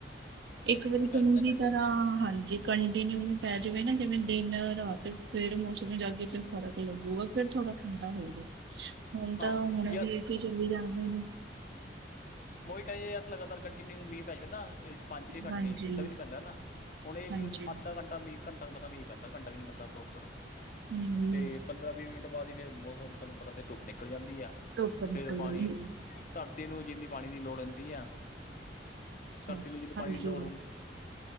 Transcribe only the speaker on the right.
ਇੱਕ ਵਾਰੀ ਚੰਗੀ
ਤਰ੍ਹਾਂ ਹਾਂਜੀ ਕੰਟੀਨਿਊ ਨੂੰ ਪੈ ਜਾਵੇ ਨਾ ਜਿਵੇਂ ਦਿਨ ਰਾਤ ਫਿਰ ਮੌਸਮ ਜਾ ਕੇ ਤੇ ਫਰਕ ਲੱਗੂਗਾ ਫਿਰ ਥੋੜਾ ਠੰਡਾ ਹੋਊਗਾ ਹੁਣ
ਤਾਂ ਹੁਣੇ ਵੀ ਇਹੋ ਚਲੀ ਜਾਂਦੇ ਨੇ
ਹਾਂਜੀ।
ਹਾਂਜੀ,
ਹੂੰ,
ਧੁੱਪ ਨਿਕਲ
ਜਾਂਦੀ ਹੈ
ਅੱਛਾ।
ਹਾਂਜੀ,